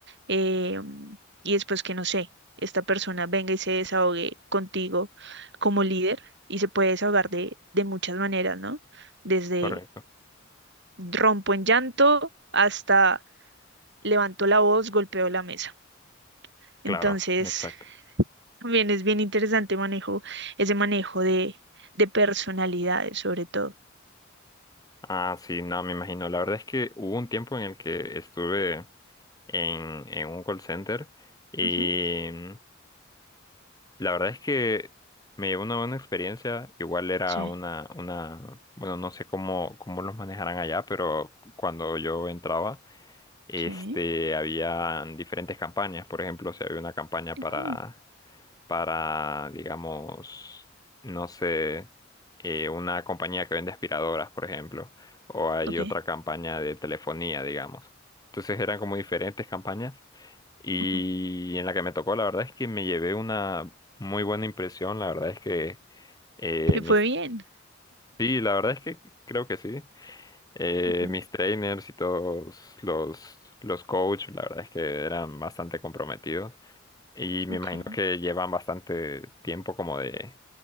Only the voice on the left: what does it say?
Correcto,
claro,
exacto.
Ah, sí, no, me imagino. La verdad es que hubo un tiempo en el que estuve en, en un call center y
mm, la verdad es que me llevó una buena experiencia. Igual era
una, una, bueno, no sé cómo, cómo los manejarán allá, pero cuando yo entraba, este,
había diferentes campañas. Por ejemplo, si había una campaña para
para, digamos, no sé, eh, una compañía que vende aspiradoras, por ejemplo, o hay
otra campaña de telefonía, digamos. Entonces eran como diferentes campañas y
en la que me tocó, la verdad es que me llevé una muy buena impresión, la verdad es que eh,
mis...
Sí, la verdad es que creo que sí. Eh,
mis trainers y todos los, los coaches, la verdad es que eran bastante comprometidos. Y me
imagino que llevan bastante tiempo como de